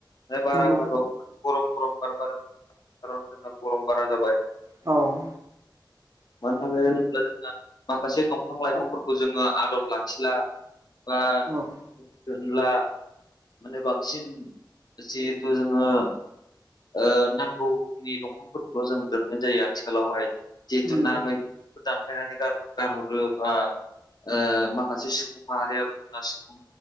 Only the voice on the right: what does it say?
नंगौ
औ
औ
नंगौ